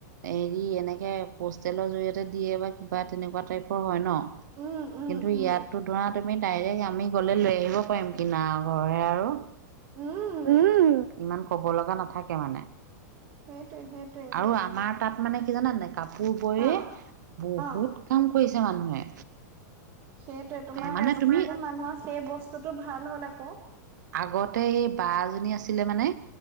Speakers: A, on the right (about 75°); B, on the right (about 25°).
A: হেৰি এনেকে পষ্টেল জৰিয়তে দিয়ে বা কিবা তেনেকুৱা টাইপৰ হয় নহ,
B: উম, উম,
A: কিন্তু ইয়াত
B: উম,
A: টো ধৰা আমি ডাইৰেক্ট আমি গ'লে লৈ আহিব পাৰিম, কিনাৰৰ ঘৰৰহে আৰু।
B: উম,
A: উম ইমান ক'ব লগা নাথাকে মানে।
B: সেইটোৱে সেইটোৱে
A: আৰু আমাৰ তাত মানে জানা নে নাই কাপোৰ বয়েই
B: অ'।
A: বহুত
B: অ
A: কাম কৰিছে মানুহে।
B: সেইটোৱেই তোমাৰ
A: মানে
B: আজিকালি
A: তুমি
B: মানুহৰ সেই বস্তুটো ভাল হ'ল আকৌ।
A: আগতে সেই বা এজনী আছিলে মানে